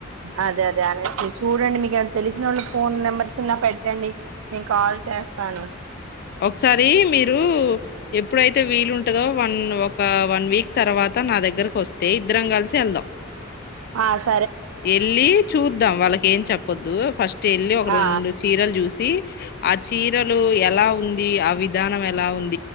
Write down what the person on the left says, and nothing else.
ఒకసారి మీరు ఎప్పుడైతే వీలుంటదో వన్ ఒక వన్ వీక్ తర్వాత నా దగ్గర వొస్తే ఇద్దరం కలిసి వెళ్దాం
యెళ్ళి చూద్దాం వాళ్ళకేం చెప్పొద్దు ఫస్ట్ యెళ్ళి ఒక
రెండు చీరలు చూసి ఇ ఆ చీరలు ఎలా ఉంది ఇ ఆ విధానం ఎలా ఉంది